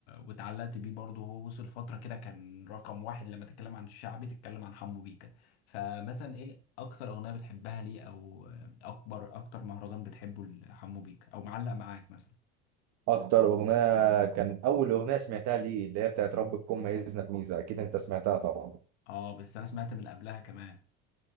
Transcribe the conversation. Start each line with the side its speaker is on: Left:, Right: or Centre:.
Left: واتعلقت بيه برضو هو وصل فتره كده كان رقم واحد لما تتكلم عن الشعبي تتكلم عن حمو بيكا فمثلا ايه اكتر اغنيه بتحبها ليه او اكبر اكتر مهرجان بتحبه لحمو بيكا او معلق معاك مثلا
Right: أكتر أغنية كان أول أغنية سمعتها ليه اللي هي بتاعت رب تكون ميزنا بميزة أكيد أنت سمعتها طبعا
Left: اه بس انا سمعت من قبلها كمان